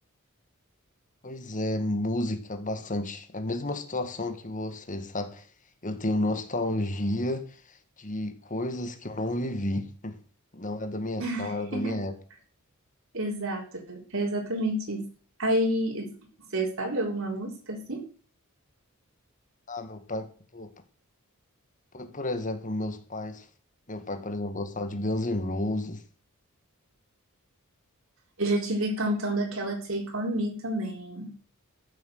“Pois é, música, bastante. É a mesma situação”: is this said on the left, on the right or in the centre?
Left